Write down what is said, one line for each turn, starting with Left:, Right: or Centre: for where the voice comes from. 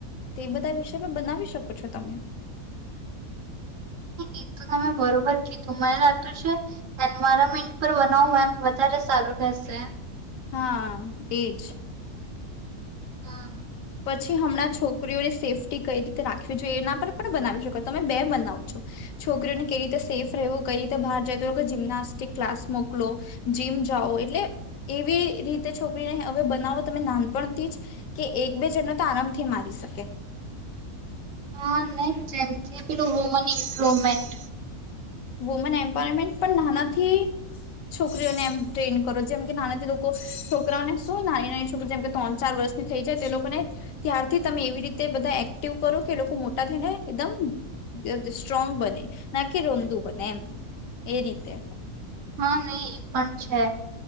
Left: તે બધા વિષયમાં બનાવી શકો છો તમે.
Right: એ તમે બરોબર કીધું મને લાગતું છે એન્વાયરમેન્ટ પર બનાવુ એમ વધારે સારું. રેશે.
Left: હા એજ.
Right: હા.
Left: પછી હમણાં છોકરીઓની સેફ્ કે કઈ રીતે રાખવી જોઈએ એના પર પણ બનાવી શકો તમે બે બનાવ છો છોકરીઓને કવી રીતે સેફ રહેવું. કઈ રીતે બહાર જાય તો જિમનાસ્ટિક ક્લાસ મોકલો જીમ જાઓ એટલે એવી રીતે. છોકરીને હવે બનાવો તમે નાનપણથી જ કે એક. બે જણ ને તો આરામથી મારી શકે.
Right: હા નહી જેમ કે પેલું વુમન ઇમ્પ્રુમેન્ટ.
Left: વુમેન એમ્પરમેન્ટ પણ નાનાથી. છોકરીઓને એમ ટ્રેન કરો જેમ કે નાના જે લોકો છોકરાઓને શું ના ના છોકરી જેમ કે ત્રણ ચાર વર્ષ. ની થઈ જાય તે લોકોને ત્યારથી તમે એવી રીતે બધા એક્ટિવ કરો કે લોકો મોટા થઈને એકદમ. સ્ટ્રોંગ બને ના કે રોંદુ બને એમ એ રીતે.
Right: હા નહી પણ છે.